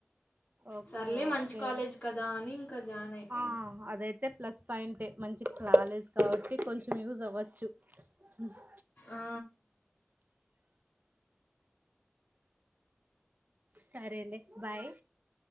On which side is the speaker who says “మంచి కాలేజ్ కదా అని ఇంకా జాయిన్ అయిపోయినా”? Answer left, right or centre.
Left